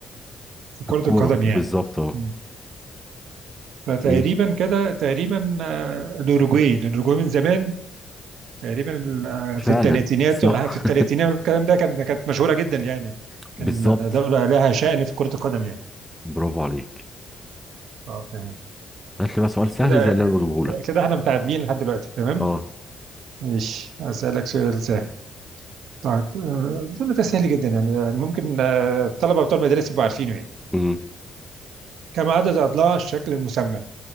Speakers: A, on the right; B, in the centre.
A: في كره
B: الكورة
A: القدم يعني
B: بالظبط اهو
A: مم. فتقريبا
B: ايه
A: كده تقريبا آه، الاوروجواي لان الاوروجواي من زمان تقريبا ال- آه،
B: فعلا
A: في الثلاثينات
B: صح
A: ولا في الثلاثينات والكلام ده كان كانت مشهوره جدا يعني كان
B: بالظبط
A: دوله لها شأن في كره القدم يعني
B: برافو عليك
A: اه تمام
B: هات لي بقى سؤال سهل
A: كده
B: زي اللي انا بجيبه لك
A: كده احنا متعادلين لحد دلوقتي تمام
B: اه
A: ماشي أسألك سؤال سهل طيب آه، أظن ده سهل جدا يعني يعني ممكن آه، الطلبة بتوع المدارس يبقوا عارفينه يعني
B: امم
A: كم عدد أضلاع الشكل المسمن